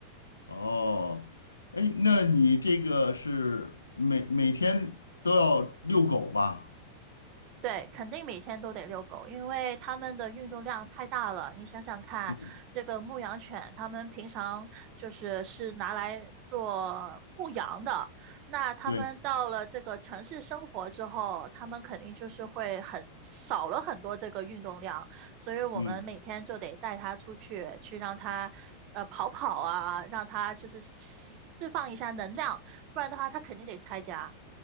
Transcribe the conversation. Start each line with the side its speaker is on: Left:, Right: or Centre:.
Left: 哦，哎，那你这个是每每天都要遛狗吧？
Right: 对，肯定每天都得遛狗，因为它们的运动量太大了。你想想看，
Left: 嗯，
Right: 这个牧羊犬，它们平常就是是拿来做牧羊的，那它们到了这个城市生活之后，
Left: 对，
Right: 它们肯定就是会很少了很多这个运动量，所以我们每天就得带它出去，
Left: 嗯。
Right: 去让它呃跑跑啊，让它就是释放一下能量，不然的话，它肯定得拆家。